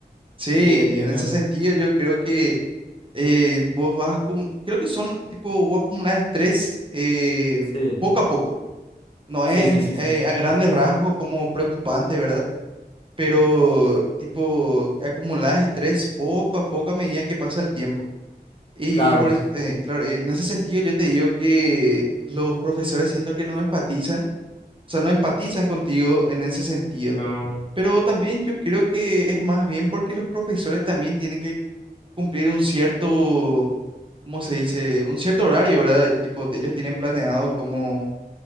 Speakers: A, on the right; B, on the left.
A: sí,
B: Sí, entiendo.
A: en ese sentido yo creo que eh, vos vas, acumu- creo que son tipo, vos acumular estrés eh,
B: Sí,
A: poco a poco. No es
B: sí, sí, sí, sí.
A: eh,
B: sí.
A: a grandes rasgos como preocupante, ¿verdad? Pero tipo, acumular estrés poco a poco a medida que pasa el tiempo. Y
B: Claro.
A: por eso, eh, claro, en ese sentido yo te digo que los profesores siento que no enfatizan, o sea, no empatizan contigo en ese sentido.
B: No,
A: Pero también yo creo que es más bien porque los profesores también tienen que cumplir un cierto, ¿cómo se dice? Un cierto horario, ¿verdad? Tipo, ellos tienen planeado cómo,